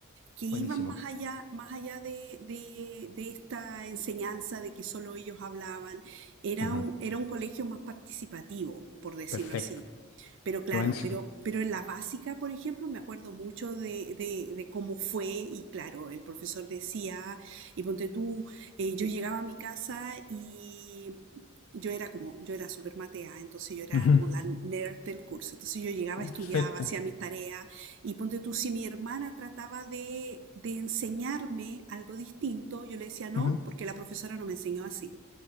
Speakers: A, on the right; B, on the left.
A: que iban
B: buenísimo.
A: más allá, más allá de, de- de esta enseñanza de que solo ellos hablaban. Era
B: Ujú,
A: un, era un colegio más participativo, por decirlo
B: Perfecto.
A: así. Pero claro,
B: Qué buenísimo.
A: pero, pero en la básica, por ejemplo, me acuerdo mucho de, de- de cómo fue y claro, el profesor decía, y ponte tú, eh, yo llegaba a mi casa y yo era como, yo era súper matea, entonces yo era
B: Ujú,
A: como la nerd del curso. Entonces yo llegaba, estudiaba,
B: Perfecto.
A: hacía mis tareas y ponte tú, si mi hermana trataba de, de enseñarme algo distinto, yo le decía no,
B: Ujú,
A: porque la profesora no me enseñó así.